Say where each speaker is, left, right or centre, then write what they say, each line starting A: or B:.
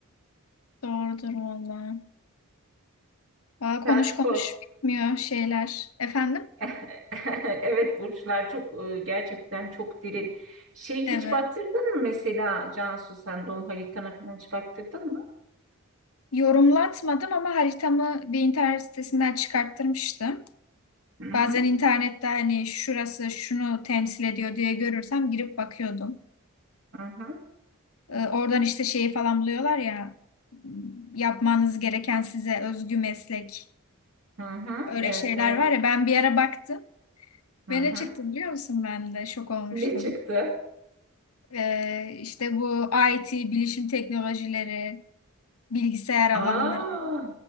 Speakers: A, on the left; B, on the right.
A: Doğrudur valla. Valla konuş
B: Sen spor.
A: konuş bitmiyor şeyler. Efendim?
B: <laughs> Evet burçlar çok e, gerçekten çok derin. Şey hiç
A: Evet.
B: baktırdın mı mesela Cansu sen doğum haritana falan hiç baktırdın mı?
A: Yorumlatmadım ama haritamı bir internet sitesinden çıkarttırmıştım.
B: Hı hı
A: Bazen internette hani şurası şunu temsil ediyor diye görürsem girip bakıyordum.
B: hı hı.
A: E, Oradan işte şeyi falan buluyorlar ya yapmanız gereken size özgü meslek
B: hı hı.
A: öyle
B: Evet
A: şeyler
B: evet.
A: var ya ben bir ara baktım
B: Hı
A: ve
B: hı.
A: ne çıktı biliyor musun ben de şok olmuştum.
B: Ne çıktı?
A: E, işte bu IT, bilişim teknolojileri, bilgisayar alanları.
B: Aa,